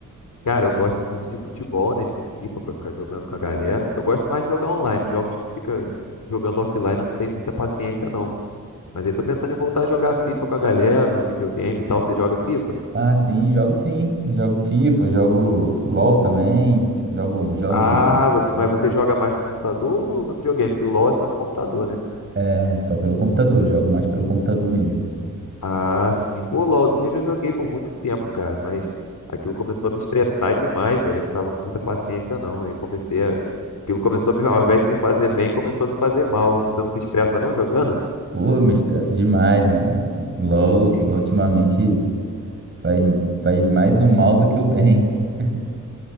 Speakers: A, on the left (about 70°); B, on the right (about 35°).
A: Cara, eu gosto muito de futebol, né? De FIFA pra ficar jogando com a galera. Que eu gosto mais de jogar online. Jogos que fica jogando offline, eu não tenho muita paciência, não. Mas aí tô pensando em voltar a jogar FIFA com a galera no videogame e tal. Você joga FIFA?
B: Ah, sim, jogo sim. Jogo FIFA, jogo LOL também. Jogo jogos
A: Ah,
B: de...
A: você,
B: de-
A: mas você joga mais no computador ou no, no videogame? Porque o LoL é só no computador, né?
B: É, só pelo computador. Jogo mais pelo computador mesmo.
A: Ah, sim. Pô, LoLzinho eu já joguei por muito tempo, cara. Mas aquilo começou a me estressar demais, velho. Eu não tava com muita paciência, não. Aí comecei a. Aquilo começou a me, ao invés de me fazer bem, começou a me fazer mal. Você não se estressa, não, jogando?
B: Pô, eu me estressa demais, mano, né? LOL,
A: E- e
B: LOL ultimamente faz, ma- faz mais o mal do que o bem. <laughs>